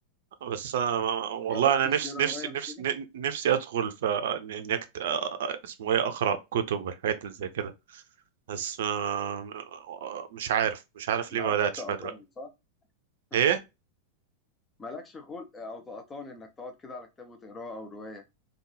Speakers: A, on the right; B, on the left.
A: بس انا ما- والله
B: جربت
A: انا
B: تشتري
A: نفسي
B: روايه
A: نفسي نفسي
B: قبل كده
A: ن- نفسي ادخل في إن- إني أكت... اسمه ايه اقرا كتب والحاجات اللي زي كده بس آه، مش عارف مش عارف
B: مالكش
A: ليه ما بداتش
B: تقطان
A: بقى دلوقتي
B: صح؟ <laughs>
A: ايه
B: مالكش خلق او تقطان انك تقعد كده على كتاب وتقراه او روايه